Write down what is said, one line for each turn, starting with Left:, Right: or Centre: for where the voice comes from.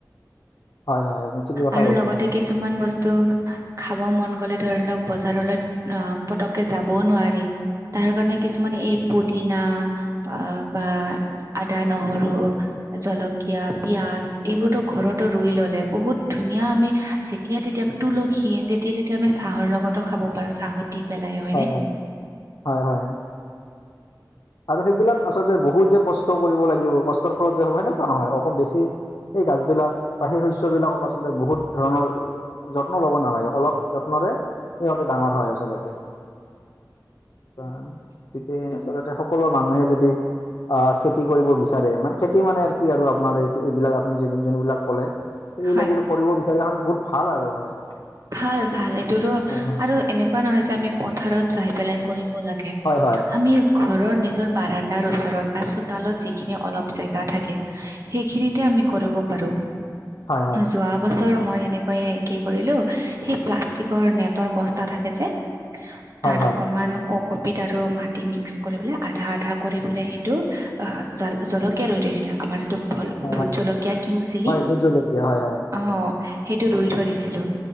Left: হয় হয় আপুনি ঠিক কথা
Right: আৰু
Left: কৈছে
Right: লগতে
Left: হয়।
Right: কিছুমান বস্তু খাব মন গ'লে ধৰি লওক বজাৰলে আহ পতককে যাবও নোৱাৰি তাৰ কাৰণে কিছুমানে এই পুদিনা অ বা আদা, নহৰু জলকীয়া, পিয়াজ এইবোৰতো ঘৰতো ৰুই ললে বহুত ধুনীয়া আমি যেতিয়া - তেতিয়া তুলসীয়ে যেতিয়া - তেতিয়া আমি চাহৰ লগতো খাব পাৰো, চাহত দি পেলাই অ
Left: হয় হয়, হয় হয়। আৰু সেইবিলাক আচলতে বহুত যে কষ্ট কৰিব লাগিব, কষ্টৰ ফলত যে হ'ব সেনেকুৱা নহয় অকল বেছি সেই গাছবিলাক বা সেই শস্যবিলাকক আচলতে বহুত ধৰণৰ যত্ন লব নালাগে, অলপ যত্নৰে সিহঁতে ডাঙৰ হয় আচলতে, বা কি কে আচলতে সকলো মানুহে যদি আঁহ খেতি কৰিব বিচাৰে মানে খেতি মানে আৰু কি আৰু আপোনাৰ এই এইবিলাক আপুনি যোনবিলাক কলে সেইবিলাক
Right: হয়
Left: যিটো কৰিব বিচাৰে বহুত ভাল আৰু হয়।
Right: ভাল ভাল এইটো ৰ
Left: হয়
Right: আৰু এনেকুৱা নহয় যে আমি পথাৰত যাই পেলাই কৰিব লা গে
Left: হয় হয়
Right: আমি ঘৰৰ নিজৰ বাৰাণ্ডাৰ ওচৰত বা চোতালত যিখিনি অলপ জেগা থাকে সেইখিনিতে আমি কৰিব পাৰো।
Left: হয় হয়
Right: যোৱা বছৰ মই এনেকৈয়ে কি কৰিলো আহ সেই প্লাষ্টিকৰ নেটৰ বস্তা থাকে যে
Left: হয়
Right: তাত
Left: হয়
Right: অকমান ক কপিতাটো আৰু মাটি মিক্স কৰি পেলাই আধা - আধা কৰি পেলাই সেইটো আ জাল জলকীয়া ৰৈ থৈছিলো আমাৰ যিটো ভল ভোট
Left: হয় হয় হয়
Right: জলকীয়া কিং চিলি
Left: হয় ভোট জলকীয়া হয় হয়
Right: অ সেইটো ৰুই থৈ দিছিলো।